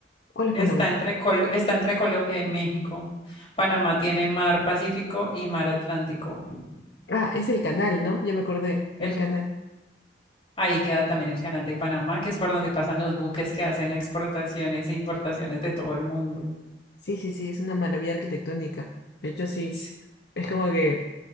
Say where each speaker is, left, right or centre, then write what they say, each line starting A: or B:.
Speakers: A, on the left; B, on the left.
A: ¿Cuál es
B: Está
A: Panamá?
B: entre Col- está entre Colombia y México. Panamá tiene mar Pacífico y mar Atlántico.
A: Ah, es el canal, ¿no? Ya me acordé, el
B: El
A: canal.
B: ahí queda también el canal de Panamá, que es por donde pasan los buques que hacen exportaciones e importaciones de todo el mundo.
A: Sí, sí, sí, es una maravilla arquitectónica. De hecho, sí,
B: Sí.
A: es como que,